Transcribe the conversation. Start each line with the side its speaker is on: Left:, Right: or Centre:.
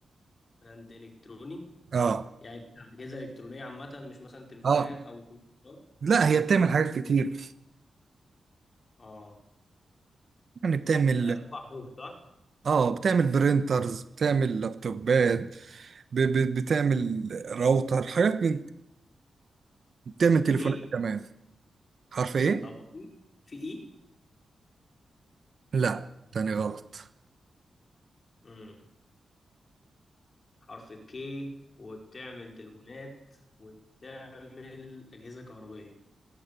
Left: براند الكتروني
Right: اه
Left: يعني بتاع اجهزه الكترونيه عامه مش مثلا تليفونات
Right: اه
Left: او كمبيوترات
Right: لا هي بتعمل حاجات كتير
Left: اه
Right: يعني بتعمل
Left: آه، اربع حروف صح
Right: اه بتعمل برينترز بتعمل لابتوبات ب... ب... بتعمل راوتر حاجات من بتعمل تليفونات
Left: كي
Right: كمان حرف ايه؟
Left: طب اي في اي
Right: لا تاني غلط
Left: امم حرف الكي وبتعمل تليفونات وبتعمل اجهزه كهربائيه